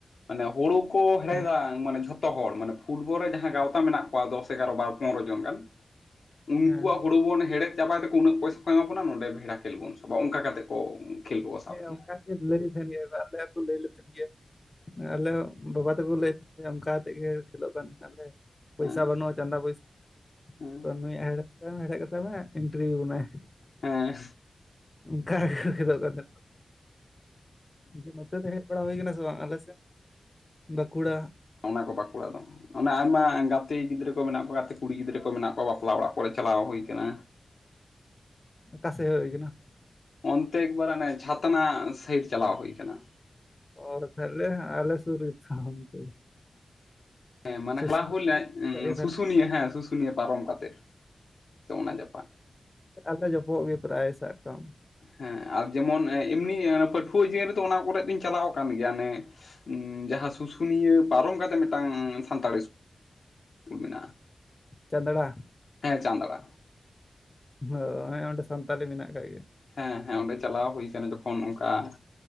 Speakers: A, on the left; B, on the left.
A: ᱢᱟᱱᱮ ᱦᱩᱲᱩ ᱠᱚ ᱦᱮᱲᱦᱮᱫᱟ
B: ᱦᱮᱸ
A: ᱾ ᱢᱟᱱᱮ ᱡᱷᱚᱛᱚ ᱦᱚᱲ ᱢᱟᱱᱮ ᱯᱷᱩᱴᱵᱚᱞ ᱨᱮ ᱡᱟᱦᱟᱸ ᱜᱟᱶᱛᱟ ᱢᱮᱱᱟᱜ ᱠᱚᱣᱟ ᱫᱚᱥ ᱮᱜᱟᱨᱚ ᱵᱟᱨ ᱯᱚᱱᱨᱚ ᱡᱚᱱ ᱜᱟᱱ ᱩᱱᱠᱩᱣᱟᱜ
B: ᱦᱮᱸ
A: ᱦᱩᱲᱩ ᱵᱚᱱ ᱦᱮᱦᱮᱫ ᱪᱟᱵᱟᱭᱟᱠᱚ ᱩᱱᱟᱹᱜ ᱯᱚᱭᱥᱟ ᱠᱚ ᱮᱢᱟ ᱵᱚᱱᱟ ᱱᱚᱰᱮ ᱵᱷᱮᱲᱟ ᱠᱷᱮᱞ ᱵᱚᱱ ᱥᱟᱵᱟ ᱚᱱᱠᱟ ᱠᱟᱛᱮᱫ ᱠᱚ ᱠᱷᱮᱞ ᱠᱚᱠᱚ ᱥᱟᱵ
B: ᱦᱮᱸ
A: ᱜᱮᱭᱟ
B: ᱚᱱᱠᱟ ᱜᱮ ᱞᱟᱹᱭ ᱛᱟᱦᱮᱱ ᱜᱮ ᱟᱞᱮᱠᱚ ᱞᱟᱹᱭ ᱞᱮ ᱛᱟᱦᱮᱱ ᱜᱮᱭᱟ ᱟᱞᱮ ᱵᱟᱵᱟ ᱛᱮᱠᱚ ᱞᱟᱹᱭᱮᱭᱟ ᱚᱱᱠᱟᱠᱟᱛᱮᱫ ᱜᱮ ᱠᱷᱮᱞᱳᱜ ᱠᱟᱱ ᱛᱟᱦᱮᱱᱟᱞᱮ ᱯᱚᱭᱥᱟ
A: ᱦᱮᱸ
B: ᱵᱟᱹᱱᱩᱜᱼᱟ ᱪᱟᱸᱫᱟ ᱯᱚᱭᱥᱟ
A: ᱦᱮᱸ
B: ᱛᱚ ᱱᱩᱭᱟᱜ ᱦᱮᱲ ᱦᱮᱲᱮᱡ ᱠᱟᱛᱟᱭ ᱢᱮ ᱮᱱᱴᱨᱤ ᱟᱵᱚᱱᱟᱭ
A: ᱦᱮᱸ
B: ᱠᱷᱮᱞᱚᱜ ᱠᱟᱱ ᱛᱟᱦᱮᱱᱟ ᱱᱚᱛᱮ ᱱᱚᱛᱮ ᱫᱚ ᱦᱮᱡ ᱵᱟᱲᱟ ᱦᱩᱭ ᱟᱠᱟᱱᱟ ᱥᱮ ᱵᱟᱝ ᱟᱞᱮᱥᱮᱫ ᱵᱟᱸᱠᱩᱲᱟ
A: ᱚᱱᱟ ᱠᱚ ᱵᱟᱸᱠᱩᱲᱟ ᱫᱚ ᱚᱱᱮ ᱟᱭᱢᱟ ᱜᱟᱛᱮ ᱜᱤᱫᱽᱨᱟᱹ ᱠᱚ ᱢᱮᱱᱟᱜ ᱠᱚᱣᱟ ᱜᱟᱛᱮ ᱠᱚ ᱠᱩᱲᱤ ᱜᱤᱫᱽᱨᱟᱹ ᱠᱚ ᱢᱮᱱᱟᱜ ᱠᱚᱣᱟ ᱵᱟᱯᱞᱟ ᱚᱲᱟᱜ ᱠᱚᱲᱮ ᱪᱟᱞᱟᱣ ᱦᱩᱭ ᱠᱟᱱᱟ
B: ᱚᱠᱟ ᱥᱮᱜ ᱦᱮᱡ ᱦᱩᱭ ᱠᱟᱱᱟ?
A: ᱚᱱᱛᱮ ᱮᱠᱵᱟᱨᱟᱱᱮ ᱪᱷᱟᱛᱱᱟᱜ ᱥᱟᱹᱭᱤᱰ ᱪᱟᱞᱟᱣ ᱦᱩᱭ ᱠᱟᱱᱟ᱾
B: ᱚ ᱛᱟᱦᱚᱞᱮ ᱦᱟᱸ ᱟᱞᱮ ᱥᱩᱨ ᱜᱮ ᱛᱚ ᱚᱱᱛᱮ ᱫᱚ
A: ᱦᱮᱸ ᱢᱟᱱᱮ
B: ᱥᱩᱥᱱᱤ
A: ᱪᱟᱞᱟᱜ ᱦᱩᱭ ᱞᱮᱱᱟ
B: ᱠᱟᱜ ᱜᱮ ᱛᱟᱦᱚᱞᱮ
A: ᱥᱩᱥᱩᱱᱤᱭᱟᱹ ᱦᱮᱸ ᱥᱩᱥᱩᱱᱤᱭᱟᱹ ᱯᱟᱨᱚᱢ ᱠᱟᱛᱮᱜ ᱥᱮ ᱚᱱᱟ ᱡᱟᱯᱟᱜ
B: ᱟᱞᱮ ᱡᱚᱯᱚᱜ ᱜᱮ ᱯᱨᱟᱭ ᱥᱟᱜ ᱠᱟᱜ ᱢᱮ
A: ᱦᱮᱸ ᱟᱨ ᱡᱮᱢᱚᱱ ᱮ ᱤᱢᱱᱤ ᱯᱟᱹᱴᱦᱩᱣ ᱡᱤᱭᱚᱱ ᱨᱮᱫᱚ ᱚᱱᱟ ᱠᱚᱨᱮᱜ ᱫᱩᱧ ᱪᱟᱞᱟᱣᱼᱠᱟᱱ ᱜᱮᱭᱟ ᱱᱮ ᱩᱸᱻ ᱡᱟᱦᱟᱸ ᱥᱩᱥᱩᱱᱤᱭᱟᱹ ᱯᱟᱨᱚᱢ ᱠᱟᱛᱮ ᱢᱤᱴᱟᱝ ᱥᱟᱱᱛᱟᱲ ᱮᱥ ᱠᱩᱞ ᱢᱮᱱᱟᱜ
B: ᱪᱟᱸᱫᱲᱟ
A: ᱦᱮᱸ ᱪᱟᱸᱫᱟᱲᱟ
B: ᱦ ᱦᱮᱸ ᱚᱸᱰᱮ ᱥᱟᱱᱛᱟᱞᱤ ᱢᱮᱱᱟᱜ ᱟᱠᱟᱜ ᱜᱮᱭᱟ᱾
A: ᱦᱮᱸᱻᱦᱮᱸ ᱚᱸᱰᱮ ᱪᱟᱞᱟᱣ ᱦᱩᱭᱠᱟᱱᱟ ᱡᱚᱠᱷᱚᱱ ᱚᱝᱠᱟ ᱟᱸ